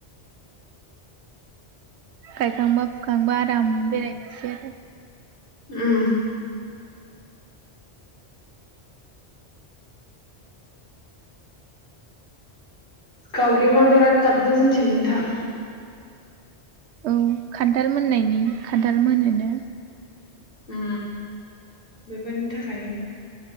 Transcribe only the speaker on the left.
उम गावरिमा बिराद गाबदों जोंथि नोंथां
उ बेफोरनि थाखायनो